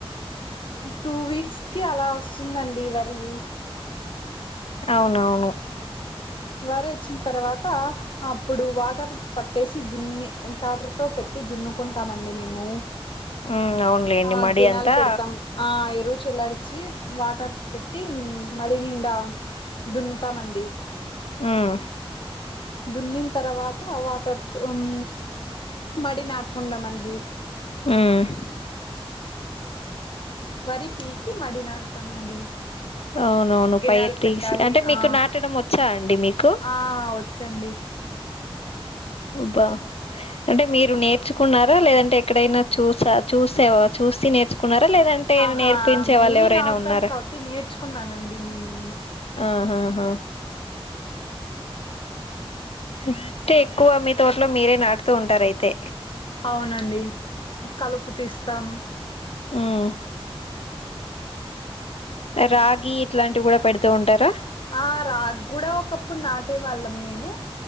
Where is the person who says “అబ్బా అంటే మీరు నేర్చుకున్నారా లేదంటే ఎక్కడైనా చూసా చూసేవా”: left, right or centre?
Left